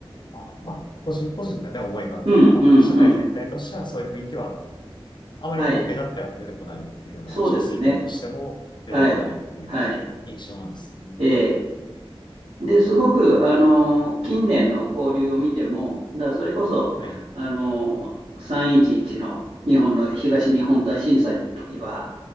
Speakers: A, on the left (about 50°); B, on the right (about 70°).
A: あ、まあ、個人個人でね、思いがあっても、
B: うんうんうん。
A: あんまり社会全体としてはそういう雰囲気は、あまりこう、
B: はい、
A: 目立っては出てこないっていうような、
B: そうですね。
A: 少数意見としても出てこないっていう印象なんですね。
B: はい、はい。ええで、すごく、あの、近年の交流を見ても、
A: うん。
B: だからそれこそ、
A: はい。
B: あの、311の日本の東日本大震災の時は、